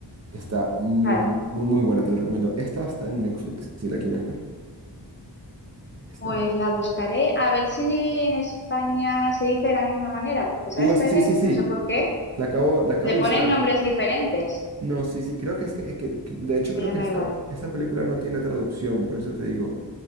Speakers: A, on the right; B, on the left.
A: Está muy,
B: claro.
A: muy, muy buena, te la recomiendo. Esta está en Netflix, si la quieres ver. Está...
B: Pues la buscaré a ver si en España se dice de la misma manera, porque sabes
A: U S
B: que a
A: Sí,
B: veces,
A: sí, sí,
B: no sé por qué,
A: la acabo, la acabo
B: le
A: de
B: ponen
A: buscar.
B: nombres diferentes.
A: No, sí, sí, creo que es que, es que- que- de hecho
B: Se
A: creo
B: llama
A: que esta,
B: igual.
A: esta película no tiene traducción, por eso te digo,